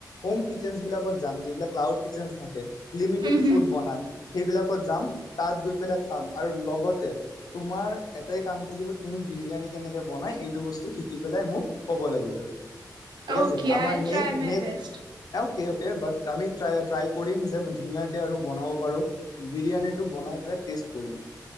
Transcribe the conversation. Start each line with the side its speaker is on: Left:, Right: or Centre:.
Left: হোম কিচেনছ বিলাগত যাম। যিবিলাক ক্লাউড কিচেনছ থাকে লিমিটেড
Right: হুম হুম।
Left: ফুড বনায়। সেইবিলাকত যাম। তাত গৈ পেলাই খাম। আৰু লগতে তোমাৰ এটাই কাম থাকিব, তুমি বিৰিয়ানী কেনেকে বনায়, এইটো বস্তু শিকি পেলাই মোক ক'ব লাগিব। ঠিক
Right: অ'কে,
Left: আছে আমাৰ
Right: I'll
Left: next
Right: try my
Left: next
Right: best.
Left: Okay, okay. But, আমি ট্ৰাই, ট্ৰাই কৰিম যে, ধুনীয়াকে আৰু বনাব পাৰোঁ। বিৰিয়ানীটো বনাই পেলাই টেষ্ট কৰিম